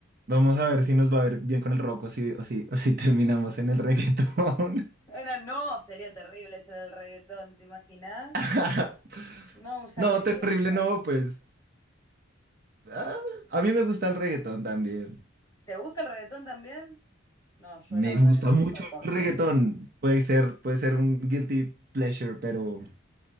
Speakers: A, on the right; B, on the left.
A: Vamos a ver si nos va a ver bien con el rock o si, o si, o si terminamos en el reggaetón.
B: Era, no, sería terrible eso del reggaetón, ¿te imaginas?
A: <laughs>
B: No, un sacrilegio.
A: No, terrible no, pues. ah, a mí me gusta el reggaetón también.
B: ¿Te gusta el reggaetón también? No, yo
A: Me
B: la verdad
A: gusta
B: que no lo
A: mucho
B: soporto.
A: el reggaetón. Puede ser, puede ser un guilty pleasure, pero